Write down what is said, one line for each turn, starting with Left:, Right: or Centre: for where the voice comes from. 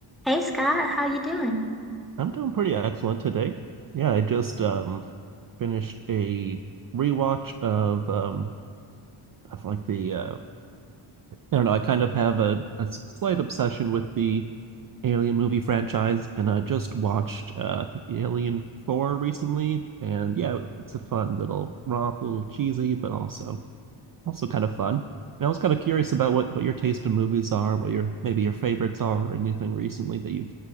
Centre: Hey Scott, how you doing?
Right: I'm doing pretty excellent today. Yeah, I just um finished a rewatch of um of like the uh I don't know, I kind of have a, a slight obsession with the Alien movie franchise and I just watched uh I think Alien 4 recently and yeah, it's a fun little romp, a little cheesy, but also also kind of fun. And I was kind of curious about what what your taste in movies are, what your maybe your favorites are or anything recently that you've